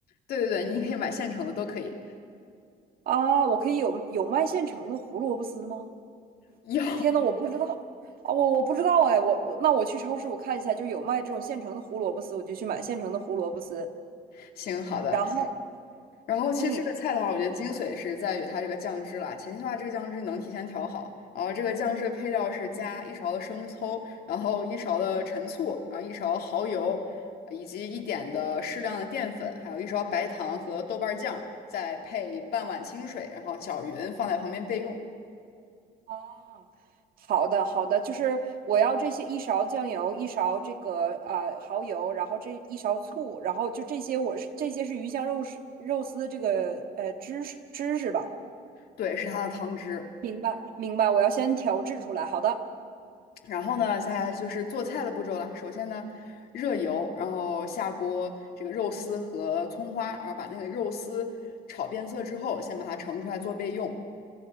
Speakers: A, on the left; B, on the right.
A: 对对对，你可以买现成的都可以。
B: 啊，我可以有有卖现成的胡萝卜丝吗？
A: 有，
B: 天呐，我不知道啊，我我不知道哎，我我那我去超市我看一下，就有卖这种现成的胡萝卜丝，我就去买现成的胡萝卜丝，
A: <laughs> 行，好的。
B: 然后
A: 然后其实这个菜的话，
B: 嗯。
A: 我觉得精髓是在于它这个酱汁啦。前期的话，这个酱汁能提前调好，然后这个酱汁的配料是加一勺的生抽，然后一勺的陈醋，然后一勺蚝油，以及一点的适量的淀粉，还有一勺白糖和豆瓣儿酱，再配半碗清水，然后搅匀，放在旁边备用。
B: 哦，好的好的，就是我要这些一勺酱油，一勺这个呃蚝油，然后这一勺醋，然后就这些我是这些是鱼香肉丝肉丝的这个呃知识知识吧？
A: 对，是它的汤汁。
B: 明白明白，我要先调制出来。好的，
A: 然后呢，现在就是做菜的步骤了。首先呢，热油，然后下锅这个肉丝和葱花，然后把那个肉丝炒变色之后，先把它盛出来做备用。